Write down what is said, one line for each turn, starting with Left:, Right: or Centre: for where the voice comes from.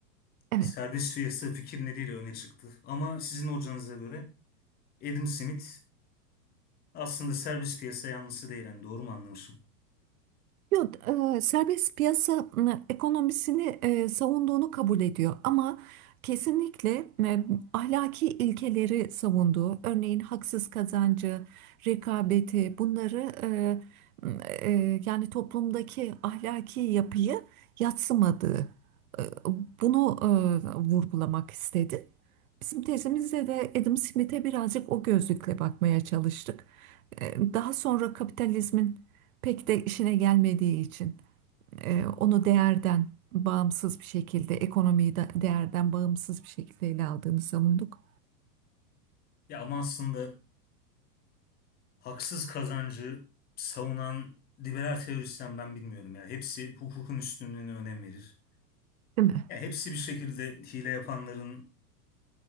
Right: Evet.
Left: Servis piyasa fikirleriyle öne çıktı. Ama sizin hocanıza göre Adam Smith aslında servis piyasa yanlısı değil. Yani doğru mu anlamışım?
Right: Yok, e, serbest piyasa m, ekonomisini e, savunduğunu kabul ediyor ama kesinlikle e, ahlaki ilkeleri savunduğu, örneğin haksız kazancı, rekabeti bunları e, m, e, yani toplumdaki ahlaki yapıyı yadsımadığı, e, bunu e, vurgulamak istedi. Bizim tezimizde de Adam Smith'e birazcık o gözlükle bakmaya çalıştık. E, Daha sonra kapitalizmin pek de işine gelmediği için e, onu değerden bağımsız bir şekilde, ekonomiyi de değerden bağımsız bir şekilde ele aldığını savunduk,
Left: Ya ama aslında haksız kazancı savunan liberal teorisyen ben bilmiyorum ya. Hepsi hukukun üstünlüğüne önem verir.
Right: değil mi?
Left: Ya hepsi bir şekilde hile yapanların